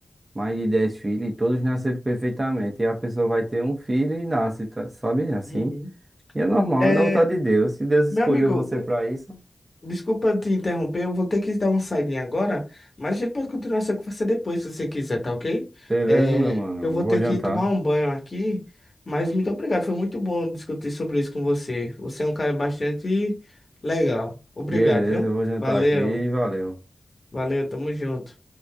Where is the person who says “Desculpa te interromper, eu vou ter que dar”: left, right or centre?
Left